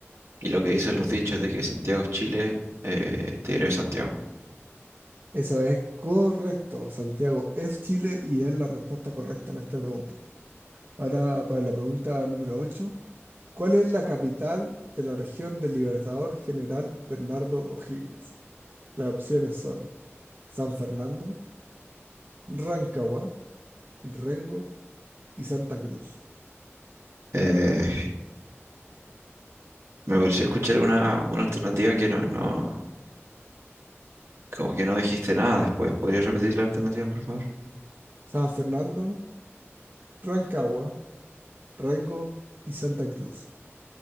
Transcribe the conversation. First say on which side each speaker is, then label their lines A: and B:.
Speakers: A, on the right; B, on the right.
A: y lo que dicen los dichos de que Santiago es Chile, eh, te diré Santiago.
B: Eso es correcto, Santiago. Es Chile y es la respuesta correcta en esta pregunta. Ahora, para la pregunta número 8, ¿cuál es la capital de la región del Libertador General Bernardo O'Higgins? Las opciones son San Fernando, Rancagua, Rengo y Santa Cruz.
A: Eh, me pareció escuchar una, una alternativa que no, no, como que no dijiste nada después. ¿Podrías repetir la alternativa, por favor?
B: San Fernando, Rancagua, Rengo y Santa Cruz.